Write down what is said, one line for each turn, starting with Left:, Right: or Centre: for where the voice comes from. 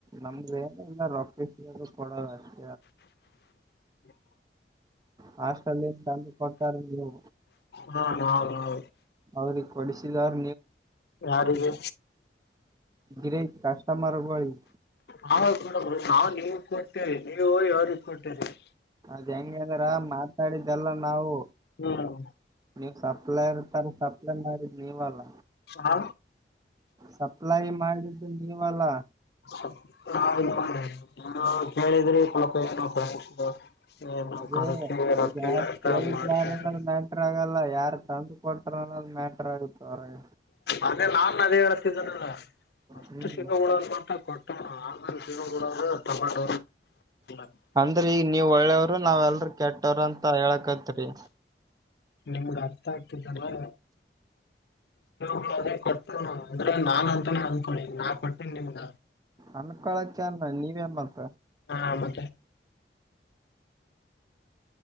Right: ನಮ್ದೆ ಎಲ್ಲ ರೊಕ್ಕ ಕೊಡೋದು ಅಷ್ಟ
Left: <inaudible>
Right: ಹಾಸ್ಟಲ್ಲಿ ಇಂದ ತಂದು ಕೊಡ್ಟ್ಟಾರ ನೀವು
Left: ಹಾ ಹಾ ಹೂ
Right: ಅವ್ರಿಗೆ ಕೊಡಿಸಿದವ್ರ
Left: ಯಾರಿಗೆ
Right: ಗಿರಿನ್ ಕಸ್ಟಮರ್ ಗೋಳಿಗ
Left: ನಾವ ಕೊಡಬುದು ನಾವು ನಿಮಗ ಕೊಟ್ಟೇರಿ ನೀವು ಇವ್ರಿಗೆ ಕೊಟ್ಟೇರಿ
Right: ಅದ್ ಹೆಂಗೆ ಅಂದ್ರ ಮಾತಾಡಿದ್ದಲ್ಲ ನಾವು
Left: ಹ್ಮ್
Right: ನೀವು ಸಪ್ಲೈರ್ ಸರ್ ಸಪ್ಲೈ ಮಾಡಿದ ನೀವಲ್ಲ
Left: ಹ
Right: ಸಪ್ಲೈ ಮಾಡಿದ್ದು ನೀವಲ್ಲಾ
Left: <unintelligible> ಏನೋ
Right: ಅದೇ
Left: ಕರ್ಸಿ ರೊಕ್ಕ
Right: ಈಗ ಯಾರ ಕೇಳಿದ
Left: ಮಾಡ್ತ
Right: ಯಾರ ಅನ್ನ ಮ್ಯಾಂಟರ್ ಆಗಲ್ಲ ಯಾರು ತಂದು ಕೊಡ್ತಾರ ಅನ್ನೋ ಮ್ಯಾಟರ್ ಆಗತ ಮಾರಯ್ಯ
Left: ಅದೇ ನಾನ್ ಅದೇ ಹೇಳತಿದ್ದನಲ್ಲ ಅಷ್ಟು
Right: ಹ್ಮ್
Left: ಸಿಗೋಬಡೋದು ಮಾತ್ರ ಕೊಟ್ಟ ಆ ಸಿಗೋ ಬಿಡದ್ರ <unintelligible>
Right: ಅಂದ್ರ ಈಗ ನೀವ್ ಒಳ್ಳೇವರು ನಾವ್ ಎಲ್ರ ಕೆಟ್ಟವ್ರ ಅಂತ ಹೇಳಕತ್ರಿ
Left: ನಿಮಗ ಅರ್ಥ ಆಗ್ತಿಲ್ಲ ಲಾ ಮ ಅದೇ ಕೊಟ್ಟೇ ಅಂದ್ರೆ ನಾನ್ ಅಂತಾನೇ ಅಂದಕೊಂಡಿ ನಾನ್ ಕೊಟ್ಟನ ನಿಮಗ
Right: ಅಂಕೋಲೋದ ಚಂದ ನೀವೇನ ಮತ್ತ
Left: ಹಾ ಮತ್ತೆ